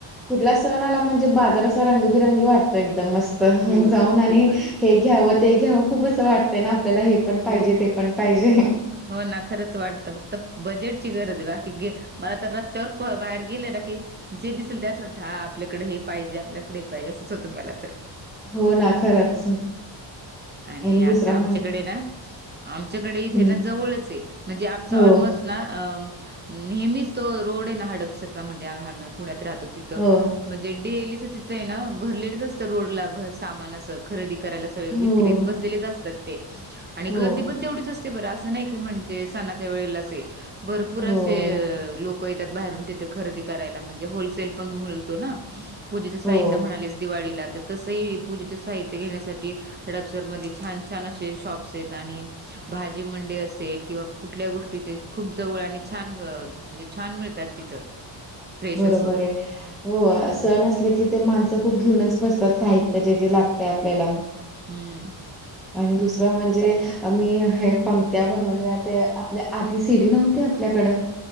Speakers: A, in the centre; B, on the right (about 20°).
A: कुठल्या सण आला म्हणजे बाजार अस रंगबिरंगी वाटत एकदम मस्त
B: खूपच
A: जाऊन आणि
B: खूपच
A: हे घ्यावं ते घ्यावं खूप असं वाटतंय ना आपल्याला हे पण पाहिजे
B: खूप
A: ते पण पाहिजे.
B: हो ना खरंच वाटतं फक्त बजेटची गरज आहे बा. की मला तर रस्त्यावर प बाहेर गेले ना की. जे दिसेल त्याच वाटतं आपल्याकडे हे पाहिजे आपल्याकडे हे पाहिजे असंच होतं मला तर.
A: हो ना खरंच.
B: आणि आता
A: दुसरा म्हण
B: आमच्याकडे ना आमच्याकडे इथे
A: हम्म.
B: ना जवळच आहे म्हणजे आमच ऑलमोस्ट.
A: हो
B: ना अ नेहमीच तो रोड आहे ना हडपसरचा म्हणजे हा मॅ प. पुण्यात राहतो तिथं.
A: हो
B: म्हणजे डेलीच तिथं आहे ना भरलेलंच असतं रोडला भा सामान असं खरेदी करायला सगळं
A: हो
B: मीच. तिथं बसलेली असतात ते
A: हो
B: गर्दी पण तेवच आस. ते बर अस नाही की म्हणजे सणाच्या वेळेला भरपूर
A: हो
B: असे लोक. होय येत्यात बाहेरून तिथे खरेदी करायला म्हणजे होलसेल पण मिळतो ना. पूजेच
A: हो
B: साहित्य म्हणालेस दिवाळीला तर तसही पूजेचे साहित्य घेण्यासाठी. हडपसरमध्ये छान छान असे शॉप्स आहेत आणि. भाजी मंडई असेल किंवा कुठल्या गोष्टी ते खूप जवळ आणि छान म. म्हणजे छान मिळतात तिथं. फ्रेश
A: बरोबर
B: असं
A: आहे. हो सण असले की ते माणसं खूप घेऊनच बसतात साहित्य जे जे लागते आपल्याला.
B: हम्म.
A: आणि दुसरं म्हणजे. मी हे पंणत्या बनवलेल्या ते आपल्या आधी सीडी नव्हते आपल्याकडं‌.